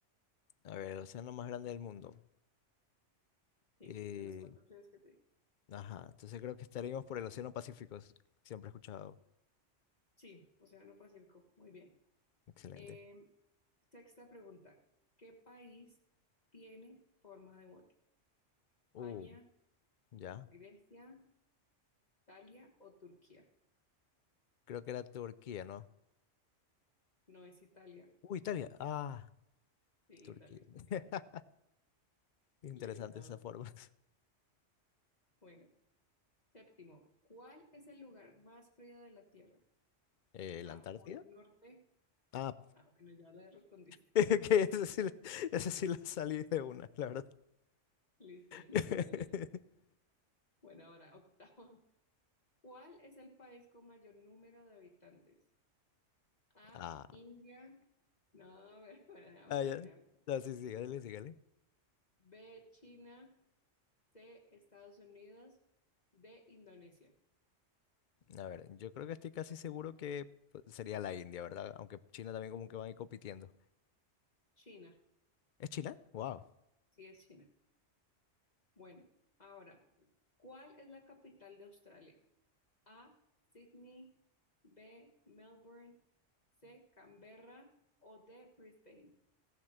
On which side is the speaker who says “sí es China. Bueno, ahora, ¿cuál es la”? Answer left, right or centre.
Left